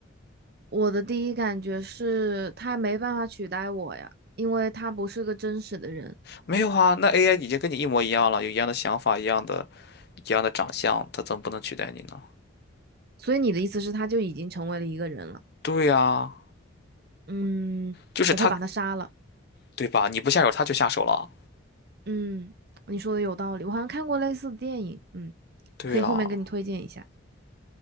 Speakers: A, on the right (about 50°); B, on the left (about 50°).
A: 我的第一感觉是他没办法取代我呀，因为他不是个真实的人。
B: 没有啊，那 AI 已经跟你一模一样了，有一样的想法，一样的，一样的长相，他怎么不能取代你呢？
A: 所以你的意思是，他就已经成为了一个人了？
B: 对呀，
A: 嗯，
B: 就是他，
A: 我会把他杀了。
B: 对吧？你不下手，他就下手了。
A: 嗯，你说的有道理，我好像看过类似的电影，嗯，
B: 对呀，
A: 可以后面给你推荐一下。